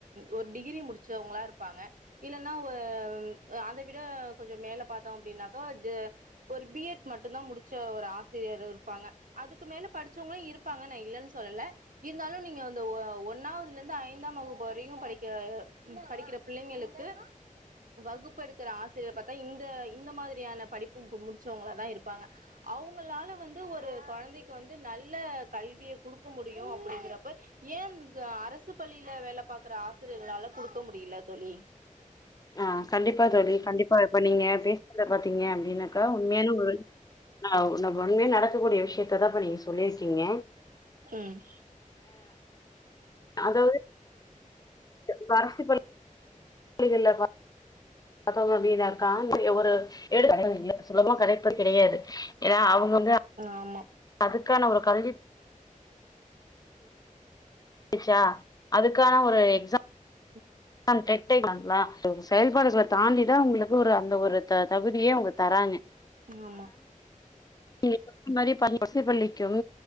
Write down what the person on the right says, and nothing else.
ஒரு டிகிரி முடிச்சவங்களா இருப்பாங்க இல்லன்னா வ அத விட கொஞ்சொ மேல பாத்தோ அப்டின்னாக்கா ஜ ஒரு பி எட் மட்டுந்தா முடிச்ச ஒரு ஆசிரியர் இருப்பாங்க அதுக்கு மேல படிச்சவங்களு இருப்பாங்க நா இல்லன் சொல்லல இருந்தாலு நீங்க அந்த ஒ ஒன்னாவ்துலர்ந்து ஐந்தாம் வகுப்பு வரையு படிக்க படிக்கிற பிள்ளைங்களுக்கு வகுப் பெடுக்குற ஆசிரியர் பாத்தா இந்த இந்த மாதிரியான படிப்பு முடிச்சவங்களதா இருப்பாங்க அவ்ங்களால வந்து ஒரு கொழந்தைக்கு வந்து நல்ல கல்விய குடுக்க முடியு அப்டிங்கிறப்ப ஏன் கு அரசு பள்ளியில வேல பாக்குற ஆசிரியர்களால குடுக்க முடிய்ல தோழி
ம்
ஆமாம்
ம்
எங்கம்மா